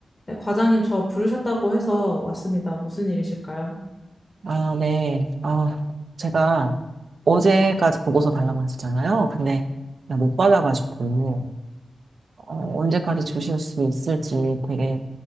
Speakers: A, on the left; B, on the right.
A: 네, 과장님 저 부르셨다고 해서 왔습니다. 무슨 일이실까요?
B: 아, 네. 아, 제가 어제까지 보고서 달라고 했었잖아요. 근데 그냥 못 받아가지고, 어, 언제까지 주실 수 있을지 되게